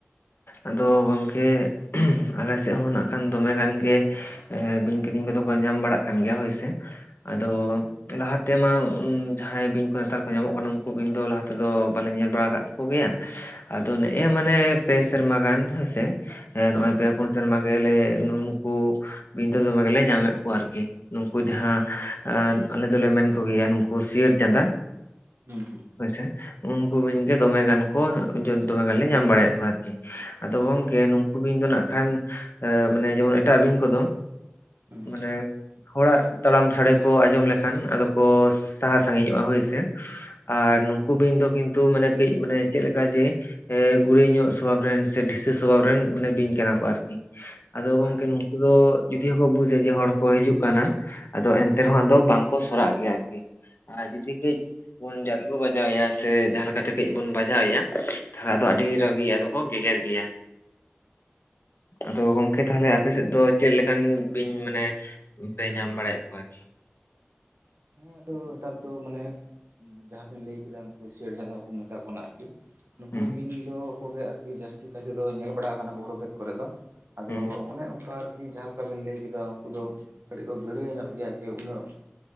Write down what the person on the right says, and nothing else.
ᱦᱩᱸ
ᱦᱩᱸ ᱦᱩᱸ ᱾
ᱦᱩᱸ
ᱟᱪᱪᱷᱟ
ᱟᱪᱪᱷᱟ
ᱦᱩᱸ
ᱦᱮᱸ ᱟᱫᱚ ᱱᱮᱛᱟᱨ ᱫᱚ ᱢᱟᱱᱮ ᱡᱟᱦᱟᱸ ᱵᱮᱱ ᱞᱟᱹᱭ ᱠᱮᱫᱟ ᱩᱱᱝᱠᱩ ᱥᱤᱭᱟᱹᱲ ᱪᱷᱟᱸᱫᱟ ᱵᱚᱱ ᱢᱮᱛᱟ ᱠᱚ ᱠᱟᱱᱟ ᱟᱨᱠᱤ ᱱᱩᱠᱩ
ᱵᱤᱧ ᱫᱚ ᱠᱚᱜᱮ ᱟᱨᱠᱤ ᱡᱟᱥᱛᱤ ᱠᱟᱭ ᱛᱮᱫᱚ ᱧᱮᱞ ᱵᱟᱲᱟᱣ ᱟᱠᱟᱱᱟ ᱠᱚ ᱦᱩᱲᱳ ᱠᱷᱮᱛ ᱠᱚᱨᱮ ᱫᱚ᱾ ᱟᱫᱚ
ᱚᱱᱮ ᱚᱱᱠᱟ ᱟᱨᱠᱤ ᱡᱟᱦᱟᱸ ᱞᱮᱠᱟ ᱵᱤᱱ ᱞᱟᱹᱭ ᱠᱮᱫᱟ ᱩᱱᱠᱩ ᱫᱚ ᱠᱟᱹᱴᱤᱡ ᱠᱚ ᱜᱟᱹᱲᱭᱟᱹ ᱧᱚᱜ ᱜᱮᱭᱟ ᱡᱮ ᱩᱱᱟᱹᱜ